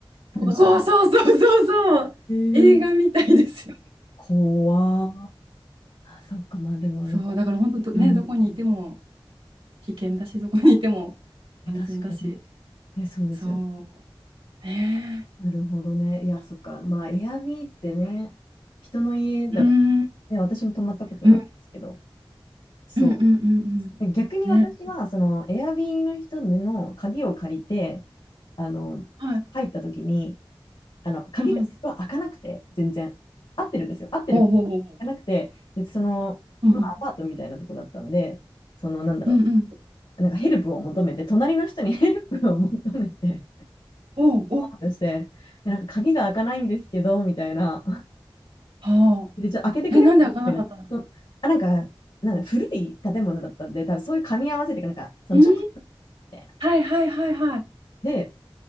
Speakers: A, on the left; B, on the right.
A: なんか、
B: そうそうそうそうそう。
A: へえ
B: 映画みたいですよ。
A: 怖ーあ、そっか、まあでもなんか、
B: そう、だから本当どね、
A: うん、
B: どこにいても危険だし、どこにいても安全だし。
A: え、確かに。え、そうですよ。
B: そう。ね
A: なるほどね。いや、そっか。まあ、エアビーってね、人の家だか
B: え。うん。
A: ら、ね、私も泊まったことはあるんですけど、
B: うん
A: そ
B: うんうんうん
A: う。逆に私は、
B: うん。ね。
A: その、エアビーの人の鍵を借りて、あの、
B: はい。
A: 入った時に、あの鍵がすごい開かなくて、
B: うんうん。
A: 全然。合ってるんですよ。合ってる。
B: おうおうおうおう。
A: 開かなくて、でその、
B: うんうん
A: まあ、アパートみたいなとこだったんで、その、なんだろ
B: うんうん。
A: う、なんかヘルプを求めて、隣の人に <laughs> ヘルプを求めて、
B: おうおう。
A: パーンとして、なんか鍵が開かないんですけど、みたいな。
B: は
A: で、ちょっと開けてくれますみたいな。
B: あ。え、なんで開かなかったんですか
A: そうあ、なんか、なんだ古い建物だったんで、多分そういう噛み合わせて、なんか、そのちょっと、
B: うーん。
A: みたいな。
B: はいはいはいはい。
A: で、